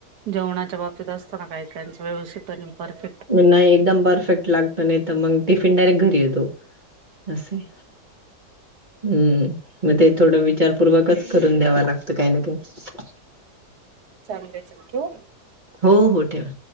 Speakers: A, on the right (about 75°); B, on the right (about 30°).
A: जेवणाच्या बाबतीत असत ना काही- काहींचं व्यवस्थित... पण परफेक...
B: नाही एकदम परफेक्ट लागत.. नाही तर... मग टिफिन डायरेक्ट घरी येतो. असं आहे. हम्म.. मग ते थोडं विचारपूर्वकच करून द्याव लागतं काही ना का ही.
A: चांगलच आहे. ठेवू...
B: हो.. हो.. ठेवा.